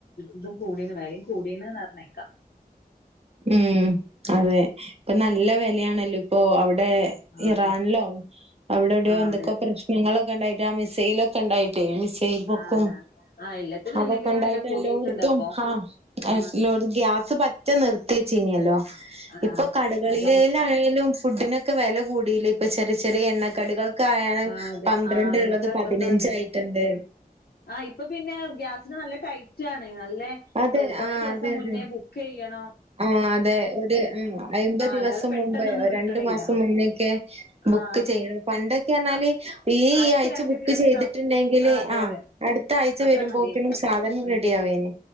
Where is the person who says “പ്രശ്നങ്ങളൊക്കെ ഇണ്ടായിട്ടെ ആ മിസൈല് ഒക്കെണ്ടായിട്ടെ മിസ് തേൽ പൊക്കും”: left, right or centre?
Right